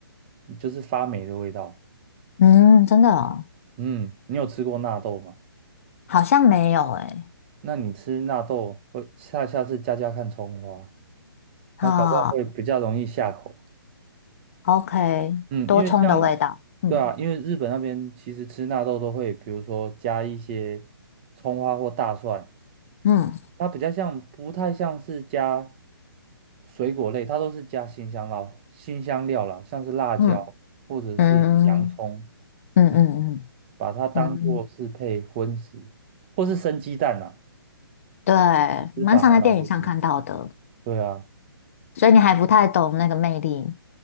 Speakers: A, on the right; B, on the left.
A: 就是发霉的味道。
B: 嗯，真的哦，
A: 嗯，你有吃过纳豆吗？
B: 好像没有诶。
A: 那你吃纳豆会下下次加加看葱花。
B: 好
A: 它搞不好会比较容易下口。
B: ，OK，
A: 嗯，
B: 多葱的味道。
A: 因为像，
B: 嗯
A: 对啊，因为日本那边其实吃纳豆都会，比如说加一些葱花或大蒜，
B: 嗯
A: 它比较像，不太像是加水果类，它都是加新香料、新香料啦，像是辣椒或者是洋葱，
B: 嗯嗯嗯嗯嗯
A: 嗯把它当做是配荤食，
B: 嗯，
A: 或是生鸡蛋呐、
B: 对，
A: 吃法还蛮多的。
B: 蛮常在电影上看到的，
A: 对啊，
B: 所以你还不太懂那个魅力，